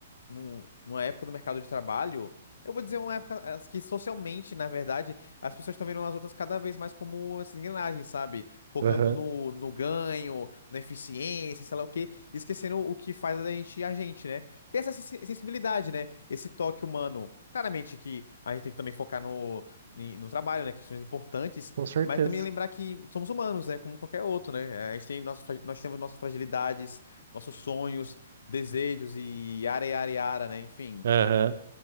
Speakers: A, on the left; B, on the right.
A: num- numa época do mercado de trabalho, eu vou dizer uma época as que socialmente, na verdade, as pessoas estão vendo as outras cada vez mais como essas engrenagens, sabe? Focando
B: Aham,
A: no, no ganho, na eficiência, sei lá o quê, e esquecendo o que faz a gente a gente, né? Tem essa sensi- sensibilidade, né? Esse toque humano. Claramente que a gente tem que também focar no, em- no trabalho, né? Questões importantes,
B: com certeza.
A: mas também lembrar que somos humanos, né? Como qualquer outro, né? A gente tem nossa, fra- nós temos nossas fragilidades, nossos sonhos desejos e yara, yara, yara, né? Enfim,
B: Aham.